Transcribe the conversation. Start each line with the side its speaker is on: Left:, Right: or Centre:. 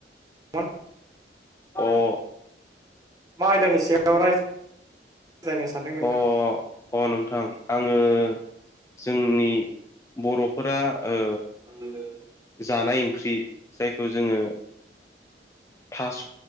Right: दन,
Left: अ
Right: मा आयदानि सायाव राय जायनो सानदों,
Left: अ अ नोंथां आङो जोंनि बर' फुराओ
Right: <unintelligible>
Left: जानाय ओंख्रि जायखौ जोङो। थास'